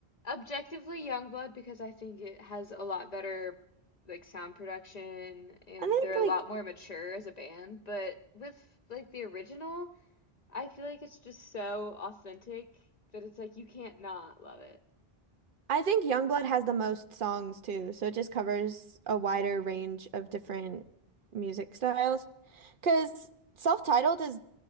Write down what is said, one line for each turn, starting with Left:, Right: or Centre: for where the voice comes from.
Left: objectively Youngblood because I think it has a lot better like sound production and
Right: I
Left: they're
Right: think
Left: a
Right: like
Left: lot more mature as a band. But with like the original, I feel like it's just so authentic that it's like you can't not love it.
Right: I think Youngblood has the most songs too, so it just covers a wider range of different music styles. Because self-titled is